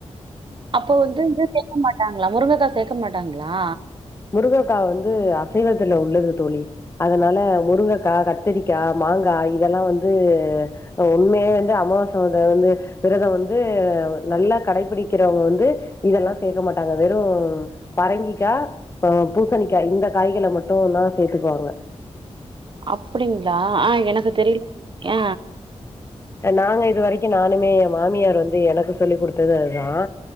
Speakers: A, on the right; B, on the left.
A: அப்போ வந்து இது சேக்க மாட்டாங்களா முருங்கக்கா சேக்க மாட்டாங்களா
B: முருங்கக்கா வந்து அசைவத்துல உள்ளது தோழி அதனால முருங்கக்கா கத்திரிக்கா மாங்கா இதெல்லா வந்து அ உண்மையே வந்து அமாவாசை வந்தா வந்து விரதம் வந்து நல்லா கடைபிடிக்கிறவங்க வந்து இதெல்லா சேக்க மாட்டாங்க வெறும் பரங்கிக்கா ப பூசணிக்கா இந்த காய்களை மட்டுந்தா சேத்துக்குவாங்க
A: அப்படிங்களா ஆ எனக்கு தெரி ய
B: நாங்க இது வரைக்கும் நானுமே ஏன் மாமியார் வந்து எனக்கு சொல்லிக் குடுத்தது அதுதா